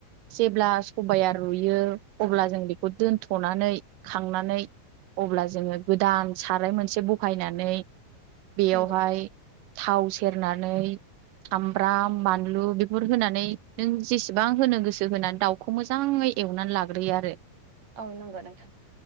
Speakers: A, on the right; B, on the right.
A: जेब्ला सबाइया रुयो अब्ला जों बेखौ दोनथनानै खांनानै अब्ला जोङो गोदान साराय मोनसे बखायनानै बेयावहाय
B: नंगौ
A: थाव सेरनानै सामब्राम बानलु बेफोर होनानै नों जेसेबां होनो गोसो होनानै दाउखौ मोजाङै एवनानै लाग्रोयो आरो।
B: औ नोंगो नोंथां।